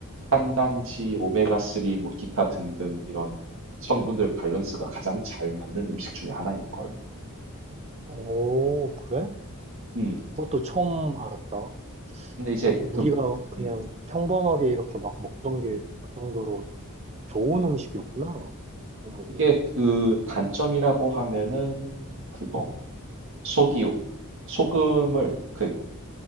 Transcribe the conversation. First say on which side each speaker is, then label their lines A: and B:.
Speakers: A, on the right; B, on the right.
A: 탄단지 오메가3 뭐 기타 등등 이런 성분들 밸런스가 가장 잘 맞는 음식 중에 하나일 걸.
B: 오, 그래?
A: 음.
B: 그것도 처음 알았다.
A: 근데 이제
B: 우리가
A: 그
B: 그냥
A: 음,
B: 평범하게 이렇게 막 먹던
A: 음.
B: 게
A: 음.
B: 그 정도로 좋은 음식이었구나. 영양분이.
A: 이게 그 단점이라고 하면은 그거 소디움 소금을 그